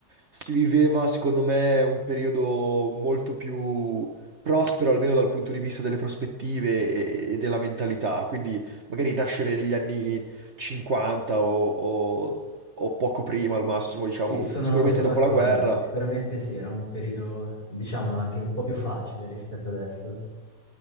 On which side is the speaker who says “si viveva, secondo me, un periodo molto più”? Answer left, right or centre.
Right